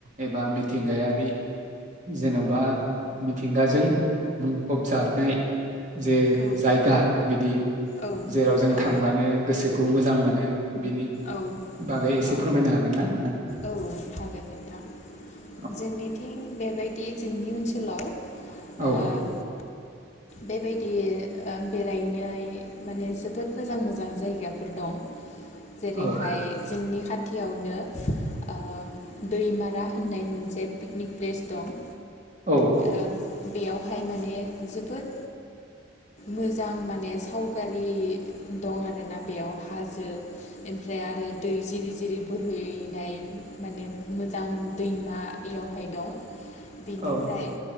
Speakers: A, on the right; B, on the left.
A: एबा मिथिंगायारि जेन'बा मिथिंगाजों बुंफब जानाय जे
B: औ
A: जायगा बिदि।
B: औ
A: जेराव जों
B: औ
A: थांबानो गोसोखौ मोजां मोन नो। बेनि
B: औ
A: बागै एसे फोरमायनो हागोन ना नोंथाङा?
B: औ हागोन नोंथां
A: औ।
B: जोंनिथिं बेबायदि जोंनि ओनसोलाव ओ
A: औ।
B: बेबायदि ओ बेरायनो हायो माने जोबोद मोजां मोजां जायगाफोर दं। जेरैहाय
A: औ
B: जोंनि खाथ थियावनो ओ दैमारा होननाय मोनसे पिकनिक प्लेस दं।
A: औ।
B: ओ बेयावहाय माने जोबोद मोजां माने सावगारि दं आरोना बेयाव हाजो इनिफ्राय आरो दै जिरि जिरि बोहैनाय माने मोजां दैमा बियावहाय दं। बिनिफ्राय
A: औ